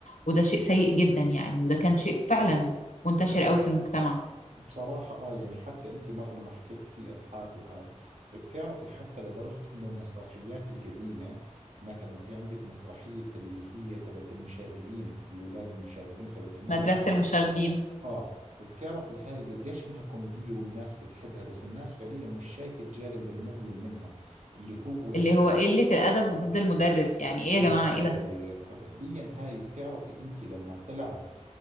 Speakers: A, on the left (about 80°); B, on the right (about 70°).
A: وده شيء سيء جدا يعني وده كان شيء فعلا منتشر
B: آه.
A: قوي في المجتمع
B: بصراحة آه يعني حتى أنت مرة لما حكيتي في أبحاث وهاي بتعرفي حتى لدرجة إنه المسرحيات القديمة مثلا في عندك مسرحية اللي هي تبعت المشاغبين الأولاد المشاغبين تبعت المدرسة
A: مدرسة المشاغبين
B: اه بتعرفي هاي قديش انها كوميدية والناس بتحبها بس الناس فعليا مش شايفة الجانب المظلم منها اللي هو
A: اللي هو قلة الأدب ضد المدرس يعني ايه
B: بالضبط
A: يا جماعة ايه ده
B: ففعليا هاي بتعرفي انت لما طلعت